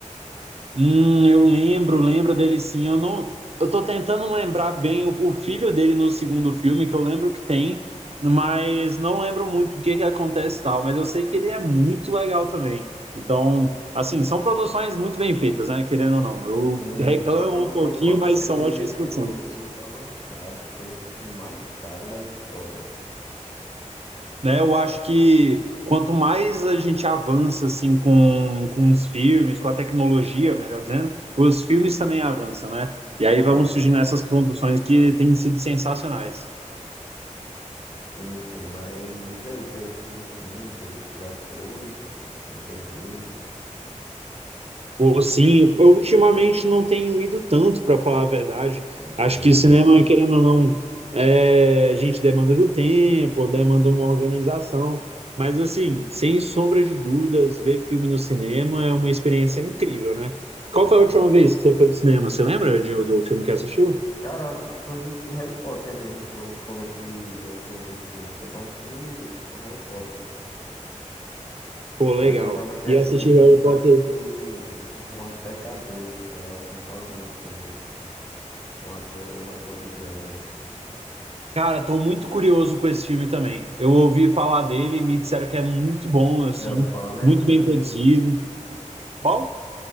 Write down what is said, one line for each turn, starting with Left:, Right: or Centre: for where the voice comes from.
Right: Hum, eu lembro, lembro dele sim. Eu não, eu tô tentando lembrar bem o, o filho dele no segundo filme, que eu lembro que tem, mas não lembro muito o que que acontece e tal, mas eu sei que ele é muito legal também. Então, assim, são produções muito bem feitas, né? Querendo ou não. Eu
Left: Sim,
Right: reclamo
Left: só produção
Right: um pouquinho,
Left: top,
Right: mas
Left: o CGI
Right: são ótimas
Left: é muito,
Right: produções.
Left: muito avançado. Foi o filme mais caro da história.
Right: né? Eu acho que quanto mais a gente avança assim com, com os filmes, com a tecnologia, melhor dizendo, os filmes também avançam, né? E aí vão
Left: Sim.
Right: surgindo essas produções que têm sido sensacionais.
Left: Sim, sim, mas e aí, você gosta de ir no cinema? Você já foi muitas vezes?
Right: Ou sim, eu ultimamente não tenho ido tanto, para falar a verdade.
Left: Eu também
Right: Acho que
Left: não.
Right: cinema, querendo ou não, é, a gente demanda do tempo, demanda uma organização. Mas, assim, sem sombra de dúvidas, ver filme no cinema é uma experiência incrível, né? Qual
Left: Mas,
Right: foi a última vez que você foi no cinema? Você lembra de- do filme que assistiu?
Left: cara, eu acho que foi isso, o Harry Potter mesmo. Quando, quando eu fui a última vez no cinema, foi pra assistir o, o Harry Potter.
Right: Pô, legal.
Left: Mas eu tava querendo
Right: E assistir
Left: ir
Right: Harry
Left: pra
Right: Potter.
Left: assistir um filme chamado Pecadores, que a galera tá falando muito com, com o ator Michael B. Jordan.
Right: Cara, tô muito curioso com esse filme também. Eu ouvi falar dele, me disseram que é muito bom, assim,
Left: Já ouviu falar nele?
Right: muito
Left: Você
Right: bem
Left: já viu?
Right: produzido. Qual?